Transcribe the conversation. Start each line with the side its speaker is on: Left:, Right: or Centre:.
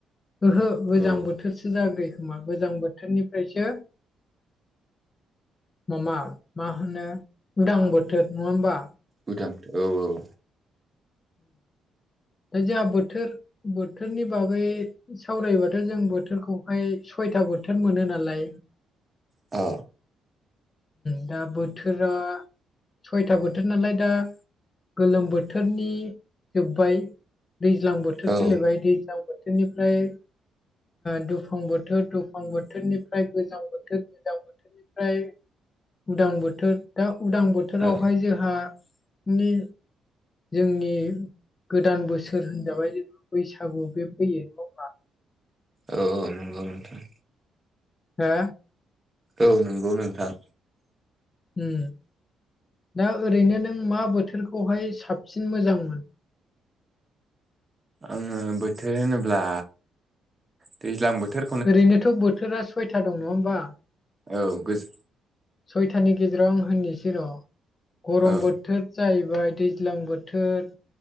Left: ओहो गोजां
Right: औ
Left: बोथोरसो जाग्रोयोखोमा गोजां बोथोरनिफ्रायसो माबा मा होनो उदां बोथोर नङा होमबा?
Right: उदां औ औ
Left: दा जोंहा बोथोर -बोथोरनि बागै सावरायबाथ' जों बोथोरखौहाय सयथा बोथोर मोनो नालाय
Right: आ
Left: दा बोथोरा सयथा बोथोर नालाय दा गोलोम बोथोरनि जोब्बाय दैज्लां बोथोर
Right: औ
Left: फैलायबाय दैज्लां बोथोरनिफ्राय दुफां बोथोर, दुफां बोथोरनिफ्राय गोजां बोथोर, गोजां बोथोरनिफ्राय उदां बोथोर दा उदां बोथोरावहाय
Right: औ
Left: जोंहा मानानि जोंनि गोदान बोसोर होनजाबाय जेनबा बैसागु बे फैयैखौ
Right: औ औ नंगौ नोंथां
Left: हो
Right: औ नंगौ नोंथां।
Left: उम दा ओरैनो नों मा बोथोरखौहाय साबसिन मोजांमोन?
Right: आङो बोथोर होनोब्ला दैज्लां बोथोर
Left: ओरैनोथ' बोथोरा सयथा दं नङा होमबा?
Right: औ गोज
Left: सयथानि गेजेराव आं होननिसै र' गरम
Right: औ
Left: बोथोर, जाहैबाय दैज्लां बोथोर